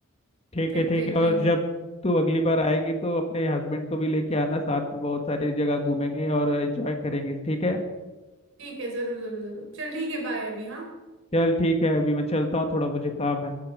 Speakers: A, on the left; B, on the right.
A: ठीक
B: फिर
A: है ठीक
B: देख
A: है
B: लेंगे
A: और जब तू अगली बार आएगी तो अपने हस्बैंड को भी लेके आना साथ में बहुत सारी जगह घूमेंगे और एंजॉय करेंगे ठीक है
B: ठीक है जरूर जरूर जरूर चल ठीक है बाय अभी हाँ
A: चल ठीक है अभी मैं चलता हूँ थोड़ा मुझे काम है